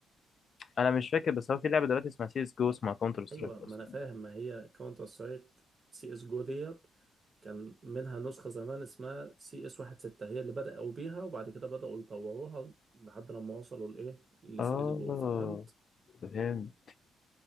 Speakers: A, on the left; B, on the right.
A: أنا مش فاكر بس هو في لعبة دلوقتي اسمها سيس جو اسمها كاونتر سترايك
B: ايوه
A: أصلا
B: ما انا فاهم ما هي كاونتر سترايك سي اس جو ديت كان منها نسخة زمان اسمها سي اس واحد ستة هي اللي بدأوا بيها وبعد كده بدأوا يطوروها لحد لما وصلوا لإيه لسي
A: آه
B: اس جو فهمت؟
A: فهمت